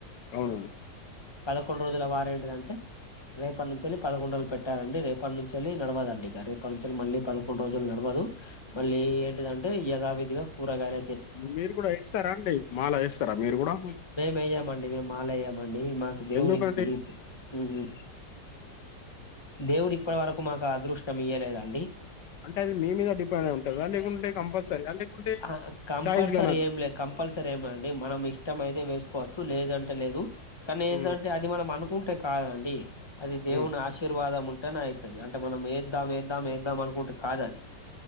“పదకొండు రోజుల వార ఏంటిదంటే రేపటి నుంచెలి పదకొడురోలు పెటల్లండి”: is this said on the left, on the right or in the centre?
Left